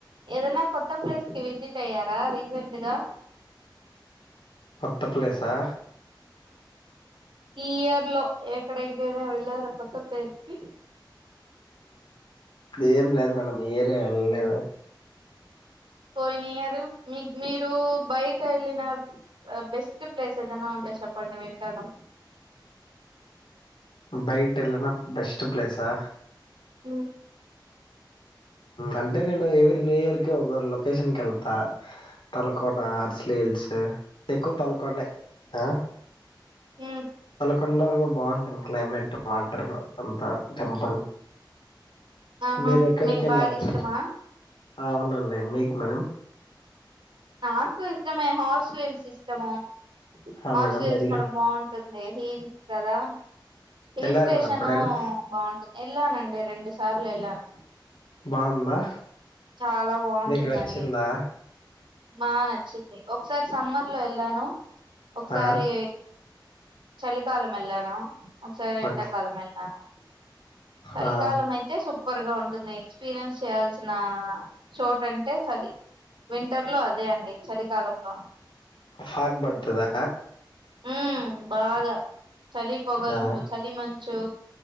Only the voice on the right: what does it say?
ఏదన్నా కొత్త ప్లేస్ కి విజిట్ అయ్యారా రీసెంట్గా
ఈ ఇయర్ లో ఎక్కడ ఇంకైనా వెళ్ళారో కొత్త ప్లేస్ కి
పోయినయర్ మీ మీరు బయట వెళ్ళిన బెస్ట్ ప్లేస్ ఏదనా ఉంటే చెప్పండి వింటను
ఉమ్
హ
ఆహా
మీకు
బాగా ఇష్టమా
నాకు ఇష్టమే హార్సీహిల్స్ ఇష్టము
హోర్షిల్స్
కూడా బాగుంటుంది హి కదా హిల్
స్టేషను
బాగుంటుంది ఎలనండి రెడు సార్లు ఎలానూ
చాలా బాగుంటుందండి
బా నచ్చింది ఒకసారి సమ్మర్ లో వెళ్ళాను ఒకసారి
చలికాలం వేళను ఒక సారి ఎండాకాలం
వెళ్ళను చలికాలం
అయితే సు సూపర్ గా ఉంటుంది ఎక్స్పీరియన్స్ చేయాల్సింది నా చోటు అంటే చలి వింటర్ లో అదే అండి చలికాలంలో
మ్మ్ బాగా చలి పోగలు
చలి మంచి చూ